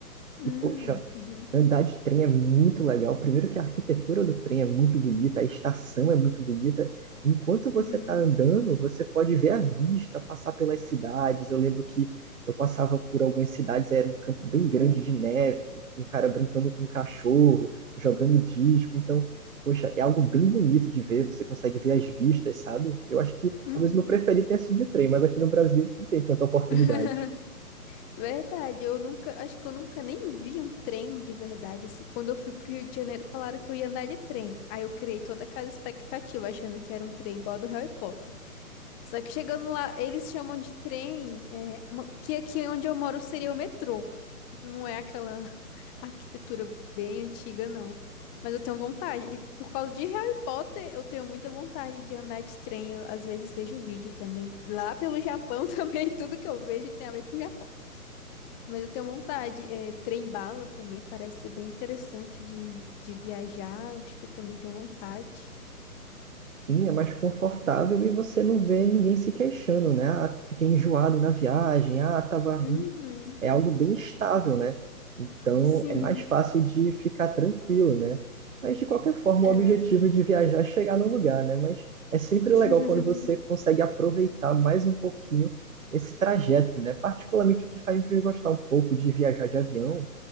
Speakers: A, on the left (about 20°); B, on the right (about 55°).
A: Hum,
B: E, poxa,
A: Uhum.
B: andar de trem é muito legal. Primeiro que a arquitetura do trem é muito bonita, a estação é muito bonita. Enquanto você
A: Uhum.
B: está andando, você pode ver a vista, passar pelas cidades. Eu lembro que eu passava por algumas cidades, era um campo bem grande de neve, um cara brincando com um cachorro, jogando disco. Então, poxa, é algo bem bonito de ver. Você consegue ver as vistas, sabe? Eu acho que
A: Uhum.
B: talvez meu preferido tenha sido de trem, mas aqui no Brasil não tem tanta oportunidade.
A: <laughs> Verdade, eu nunca, acho que eu nunca nem vi um trem de verdade, assim. Quando eu fui pro Rio de Janeiro, falaram que eu ia andar de trem. Aí eu criei toda aquela expectativa, achando que era um trem igual ao do Harry Potter. Só que chegando lá, eles chamam de trem, é, uma- que aqui onde eu moro seria o metrô. não é aquela <laughs> arquitetura bem antiga, não. Mas eu tenho vontade. E Por causa de Harry Potter, eu tenho muita vontade de andar de trem. Eu, às vezes vejo vídeo também. Lá pelo Japão <laughs> também, tudo que eu vejo tem a ver com o Japão. Mas eu tenho vontade. É, trem-bala também parece ser bem interessante de, de viajar. Eu Acho que eu também tenho vontade.
B: Sim, é mais confortável e você não vê ninguém se queixando, né? Ah, fiquei enjoado na viagem, ah, tava ruim.
A: Uhum.
B: É algo bem estável, né? Então
A: Sim,
B: é mais fácil de ficar tranquilo, né? Mas de qualquer forma,
A: é.
B: o objetivo de viajar é chegar no lugar, né? Mas é sempre
A: <laughs>
B: legal quando você consegue aproveitar mais um pouquinho esse trajeto, né? Particularmente o que faz me gostar um pouco de viajar de avião